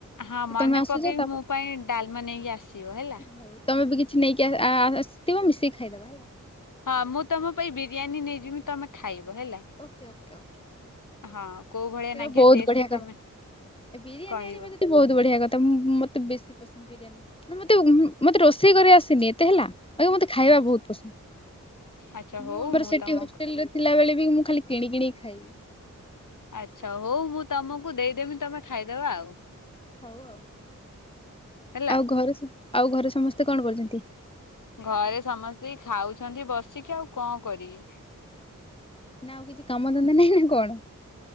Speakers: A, on the left; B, on the left.
A: ହଁ
B: କି
A: ମନେ
B: ତମେ ଆସୁଛ
A: ପକେଇକି
B: ତାପରେ
A: ମୋ ପାଇଁ ଡାଲମା ନେଇକି ଆସିବ ହେଲା।
B: ହଉ ତମେ ବି କିଛି ନେଇକି <unintelligible> ଆସିଥିବ ମିଶିକି ଖାଇଦବା।
A: ହଁ ମୁଁ ତମ ପାଇଁ ବିରିୟାନୀ ନେଇଯିବି ତମେ ଖାଇବ ହେଲା।
B: Okay okay okay.
A: ହଁ କୋଉ ଭଳିଆ?
B: ସେଟା
A: ନାଗିବ
B: ବହୁତ
A: ଟେଷ୍ଟ
B: ବଢିଆ କଥା
A: ତମେ
B: ବିରିୟାନୀ
A: କହିବ
B: ଆଣିବ ଯଦି ବହୁତ ବଢିଆ କଥା ମତେ ବେଶୀ ପସନ୍ଦ ବିରି ମତେ, ମତେ ରୋଷେଇ କରି ଆସିନି ଏତେ ହେଲା। ଆଗ୍ୟା ମତେ ଖାଇବା
A: ଆଚ୍ଛା
B: ବହୁତ ପସନ୍ଦ,
A: ଆଚ୍ଛା
B: ମୁଁ
A: ହଉ
B: ଆମର ସେଠି
A: ତମକୁ
B: ହଷ୍ଟେଲରେ ଥିଲାବେଳେ ବି ମୁଁ ଖାଲି କିଣି କିିଣିକି ଖାଇବି।
A: ଆଚ୍ଛା ହଉ ମୁଁ ତମକୁ ଦେଇଦେମି ତମେ ଖାଇଦବ ଆଉ।
B: ହଉ ଆଉ,
A: ହେଲା।
B: ଆଉ ଘରେ, ଆଉ ଘରେ ସମସ୍ତେ କଣ କରୁଛନ୍ତି?
A: ଘରେ ସମସ୍ତେ ଖାଉଛନ୍ତି ବସିକି ଆଉ କଣ କରିବେ।
B: ନା ଆଉ କିଛି କାମ ଧନ୍ଦା ନାହିଁ ନା କଣ?